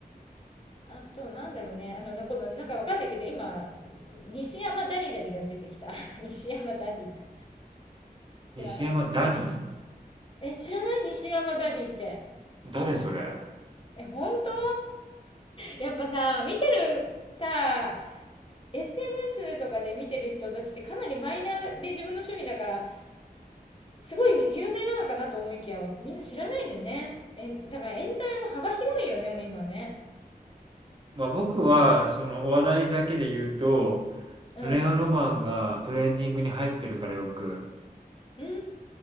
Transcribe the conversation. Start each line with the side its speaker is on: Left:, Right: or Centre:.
Left: あと、なんだろうね。あの、なこの、なんかわかんないけど、今、西山ダディダディが出てきた。<laughs> 西山ダディか。知らない
Right: 西山ダニ
Left: え、知らない西山ダディって。
Right: ー誰それ
Left: え、本当 <laughs> やっぱさ、見てる、さ、SNS とかで見てる人たちってかなりマイナーで自分の趣味だから、すごい有名なのかなと思いきや、みんな知らないんだよね。え、だからエンタメも幅広いよね、もう今ね。
Right: まあ僕は、そのお笑いだけで言うと、
Left: うん。
Right: レオロマンがトレンディングに入ってるからよく。
Left: うーん、